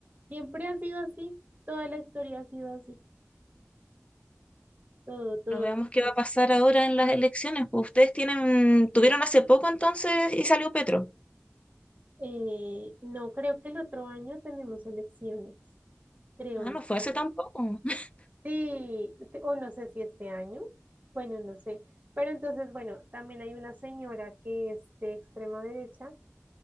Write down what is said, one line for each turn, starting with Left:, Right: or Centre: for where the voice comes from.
Right: Siempre ha sido así, toda la historia ha sido así, todo, todo
Left: No veamos
Right: ha sido.
Left: qué va a pasar ahora en las elecciones. Pues ustedes tienen, tuvieron hace poco entonces y salió Petro.
Right: Eh, no, creo que el otro año tenemos elecciones, creo,
Left: Ah,
Right: no
Left: no
Right: sé.
Left: fue
Right: ahora.
Left: hace tampoco, <laughs>
Right: Sí, te- o no sé si este año, bueno, no sé. Pero entonces, bueno, también hay una señora que es de extrema derecha,